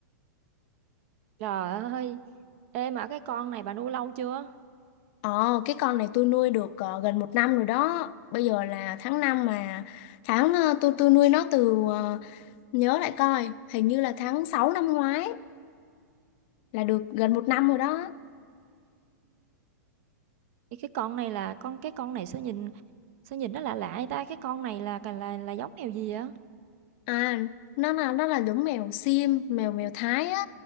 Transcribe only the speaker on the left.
Ờ, cái con này tôi nuôi được ờ, gần một năm rồi đó. Bây giờ là tháng 5 mà tháng ờ, tôi tôi nuôi nó từ ờ, nhớ lại coi, hình như là tháng 6 năm ngoái là được gần một năm rồi đó.
À, nó là nó là giống mèo xiêm, mèo mèo Thái á.